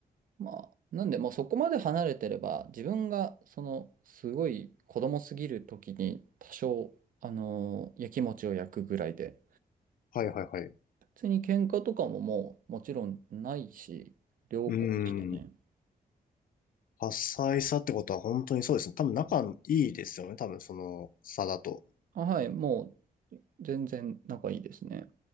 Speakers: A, on the right (about 60°); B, on the left (about 60°).
A: まあ、なんで、もうそこまで離れてれば、自分が、その、すごい子供すぎる時に、多少、あのーやきもちを焼くぐらいで、
B: はいはいはい。
A: 別に喧嘩とかももう、もちろんないし、良好でしたね。
B: うん。多彩さってことは本当にそうですね。多分仲いいですよね。多分その差だと。
A: あ、はい、もう、全然仲いいですね。